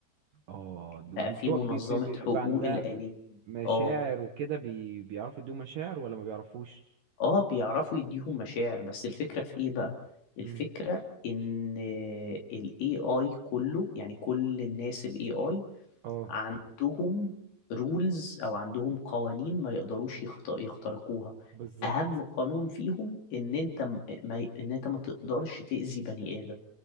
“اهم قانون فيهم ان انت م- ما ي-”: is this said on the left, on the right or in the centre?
Left